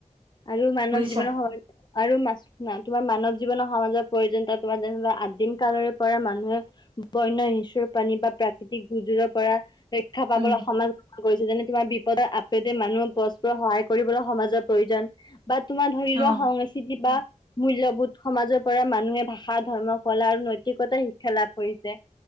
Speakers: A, on the left; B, on the right.
A: আৰু মানৱ
B: বুজিছা
A: জীৱনৰ সম আৰু মাছ নাই তোমাৰ মানৱ জীৱনৰ সমাজৰ প্ৰয়োজনতা তোমাৰ যেনো আদিম কালৰে পৰা মানুহে বন্য ইচুৰ প্ৰাণী বা প্ৰাকৃতিক গুজুৰৰ পৰা ৰক্ষা পাবলৈ
B: উম
A: সমাজ কৰিছে যেনে তোমাৰ বিপদৰ আপেতে মানুহে পৰস্পৰ সহায় কৰিবলৈ সমাজৰ প্ৰয়োজন! বা তোমাৰ ধৰি লোৱা
B: অ
A: সংস্কৃতি বা মূল্যবোধ সমাজৰ পৰা মানুহে ভাষা ধৰ্ম কলা আৰু নৈতিকতা শিক্ষা লাভ কৰিছে! <inaudible>